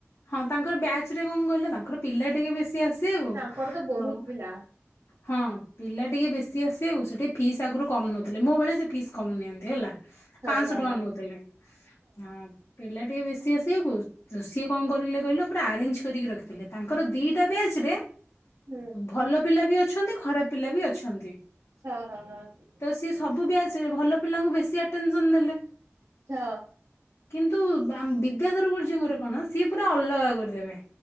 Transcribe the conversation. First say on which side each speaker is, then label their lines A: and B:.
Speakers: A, on the left (about 60°); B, on the right (about 75°).
A: ହଁ ତାଙ୍କର ବ୍ୟାଚ୍ ରେ କଣ କହିଲ? ତାଙ୍କର ପିଲା ଟିକେ ବେଶୀ ଆସ ସିଏକୁ।
B: ତାଙ୍କର ତ ବହୁତ
A: ଆଉ
B: ପିଲା
A: ହଁ, ପିଲା ଟିକେ ବେଶୀ ଆସିବାକୁ, ସେଠି ଫିସ୍ ଆଗରୁ କମ ନଉଥିଲେ। ମୋ ବେଳେ ସେ ଫିସ୍ କମ ନିଅନ୍ତି ହେଲା।
B: ହଁ
A: ପାଁଶ
B: ହଁ
A: ଟଙ୍କା
B: ହଁ
A: ନଉଥିଲେ। ହଁ, ପିଲା ଟିକେ ବେଶୀ ଆସିବାକୁ। ସିଏ କଣ କରିଲେ କହିଲ? ପୁରା ଆରେଞ୍ଜ କରିକି ରଖିଥିଲେ। ତାଙ୍କର ଦିଟା ବ୍ୟାଚ୍ ରେ
B: ହୁଁ
A: ଭଲ ପିଲା ବି ଅଛନ୍ତି। ଖରାପ ପିଲା ବି ଅଛନ୍ତି।
B: ହଁ, ହଁ, ହଁ।
A: ତ ସିଏ ସବୁ ବ୍ୟାଚ୍ ରେ, ଭଲ ପିଲାଙ୍କୁ ବେଶୀ ଆଟେନସନ୍ ଦେଲେ।
B: ଛ
A: କିନ୍ତୁ, ଆମ୍ ବିଦ୍ୟାଧର ଗୁଜଜୀଙ୍କର କଣ, ସିଏ ପୁରା ଅଲଗା କରିଦେବେ।